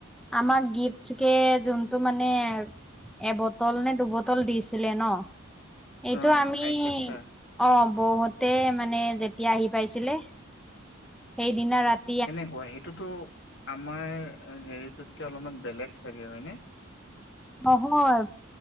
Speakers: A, in the centre; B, on the left (about 60°).
A: আমাৰ গিফ্ট কে যোনটো মানে। এবটল নে দুবটল দিছিলে ন। এইটো
B: অ
A: আমি
B: খাই চাইছা
A: অ', বও হতে মানে যেতিয়া আহি পাইছিলে। সেইদিনা ৰাত
B: কেনেকুৱা সেইটোতো আমাৰ হেৰিটোতকে অলপমান বেলেগ চাগে হয়নে?
A: নহয়